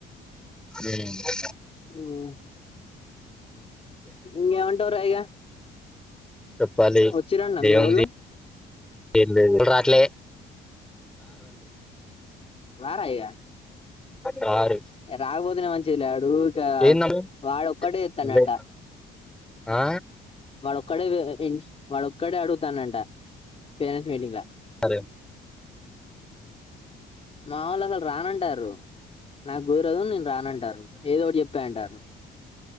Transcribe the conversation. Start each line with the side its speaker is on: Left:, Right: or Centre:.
Centre: ఎందుకు
Left: ఉమ్ ఇంగేమంటవ్ రా ఇగ
Centre: చెప్పాలి
Left: వచ్చిరన్న మీ
Centre: ఏముంది?
Left: వోళ్ళు
Centre: ఏం లేదు.
Left: రారా ఇగ
Centre: రారు
Left: ఏ రాక్పోతనే మంచి జి లా ఇప్పుడూ ఛాన్స్
Centre: ఏందమ్మ
Left: వాడొక్కడే ఎత్తాండంట.
Centre: నువ్వే ఆ
Left: వాడోక్కడే వే ఇన్స్ క్కడే అడుగుతాండంట పేరంట్స్ మీటింగ్ ల
Centre: అరే
Left: మా వాళ్లసలు రానంటారు రు నాగురరదు నేను రానంటార్రు, ఏదో ఒకటి చెప్తా అంటార్రు.